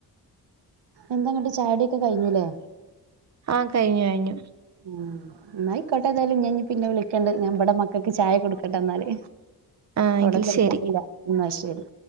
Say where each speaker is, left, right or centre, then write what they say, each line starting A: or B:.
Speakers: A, on the right (about 85°); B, on the right (about 40°).
A: എന്താങ്ങട്ട് ചായകുടിയൊക്കെ കഴിഞ്ഞില്ലെ?
B: ആഹ് കഴിഞ്ഞു കഴിഞ്ഞു.
A: ഉം എന്നായിക്കോട്ടെ ഏതായാലും ഞാൻ ഇനി പിന്നെ വിളിക്കണ്ട്. ഞാൻ ഇവടെ മക്കൾക്ക് ചായ കൊടുക്കട്ടെ എന്നാല്.
B: ആ
A: അവിടെ
B: എങ്കിൽ
A: കൊടുത്തിട്ടില്ല.
B: ശരി
A: എന്നാ ശരി.